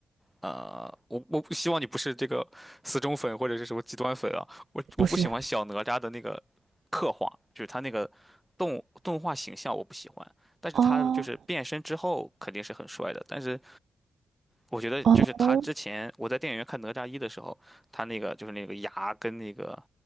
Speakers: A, in the centre; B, on the right.
A: 呃，我我不希望你不是这个死忠粉或者是什么极端粉啊，我我不喜欢小哪吒的那个刻画，
B: 不是，
A: 就是他那个动动画形象我不喜欢，但是他就是变身之后肯定是很帅的，
B: 哦
A: 但是。我觉得就是他之前我在电影院看《哪吒一》的时候，
B: 哦，
A: 他那个就是那个牙跟那个